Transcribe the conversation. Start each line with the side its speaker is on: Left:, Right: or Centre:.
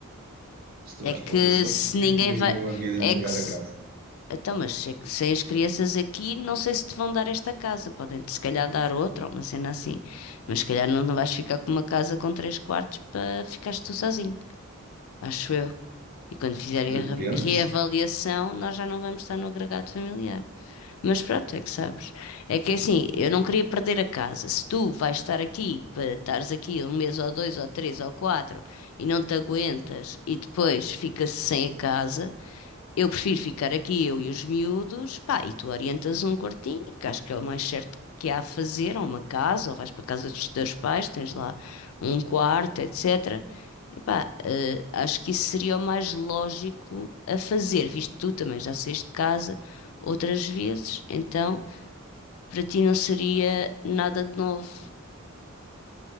Right: Se tu
Left: É
Right: vais
Left: que
Right: para os Açores,
Left: se
Right: o que
Left: ninguém
Right: é que
Left: vai.
Right: eu havia de
Left: É
Right: entregar
Left: que se...
Right: a casa?
Left: Então, mas é que sem as crianças aqui, não sei se te vão dar esta casa. Podem-te se calhar dar outra, ou uma cena assim. Mas se calhar não, não vais ficar com uma casa com três quartos para ficares tu sozinho. Acho eu. E quando fizerem
Right: Depende.
Left: a re- reavaliação, nós já não vamos estar no agregado familiar. Mas pronto, é que sabes. É que assim, eu não queria perder a casa. Se tu vais estar aqui, para estares aqui um mês ou dois ou três ou quatro e não te aguentas e depois fica-se sem a casa, eu prefiro ficar aqui, eu e os miúdos, pá, e tu orientas um quartinho, que acho que é o mais certo que há a fazer, ou uma casa, ou vais para a casa dos teus pais, tens lá um quarto, etc. Epá, eh, acho que isso seria o mais lógico a fazer, visto que tu também já saíste de casa outras vezes, então para ti não seria nada de novo.